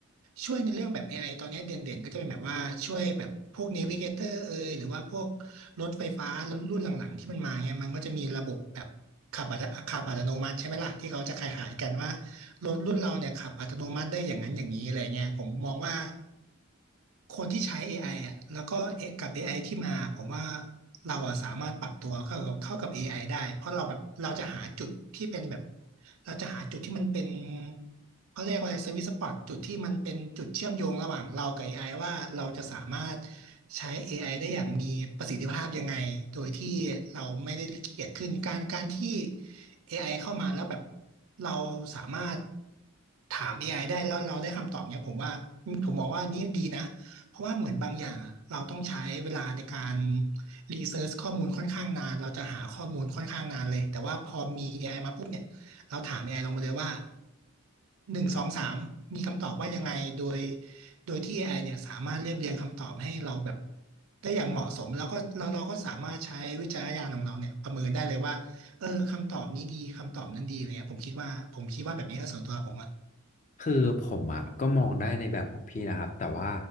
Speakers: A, on the right; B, on the left.
A: ช่วยในเรื่องแบบ AI ตอนนี้เด่นๆก็จะเป็นแบบว่าช่วยแบบพวก Navigator เอยหรือว่าพวกรถไฟฟ้าแล้วรุ่นหลังๆที่มันมาเนี่ยมันก็จะมีระบบแบบขับอัตขับอัตโนมัติใช่ไหมล่ะที่เขาจะขายๆกันว่ารถรุ่นเราเนี่ยขับอัตโนมัติได้อย่างนั้นอย่างนี้อะไรเงี้ยผมมองว่า คนที่ใช้ AI อไออ่ะแล้วก็เอกับ AI ที่มาผมว่าเราอะสามารถปรับตัวเข้ากับเข้ากับ AI ไอได้ เพราะเราแบบเราจะหาจุดที่เป็นแบบเราจะหาจุดที่มันเป็นเขาเรียกว่าสวิตสปอตจุดที่มันเป็นจุดเชื่อมโยงระหว่างเรากับ AI ว่าเราจะสามารถใช้ AI ไอได้อย่างมีประสิทธิภาพยังไงโดยที่เราไม่ได้เกียจขึ้นการการที่ AI เข้ามาแล้วแบบเราสามารถถาม AI ไอได้แล้วเราได้คำตอบเนี่ยผมว่าผมมองว่านี่ดีนะเพราะว่าเหมือนบางอย่างอะเราต้องใช้เวลาในการรีเสิร์ชข้อมูลค่อนข้างนานเราจะหาข้อมูลค่อนข้างนานเลยแต่ว่าพอมี AI มาปุ๊บเนี่ยเราถาม AI ลงมาเลยว่าหนึ่งสองสามมีคำตอบว่ายังไงโดยโดยที่ AI เนี่ยสามารถเรียบเรียงคำตอบให้เราแบบได้อย่างเหมาะสมแล้วก็เราเราก็สามารถใช้วิจารณญาณของเราเนี่ยประเมินได้เลยว่า เออคำตอบนี้ดีคำตอบนั้นดีอะไรเงี้ยผมคิดว่าผมคิดว่าแบบนี้นะส่วนตัวผมอะ
B: คือผมอ่ะก็มองได้ในแบบของพี่นะครับแต่ว่า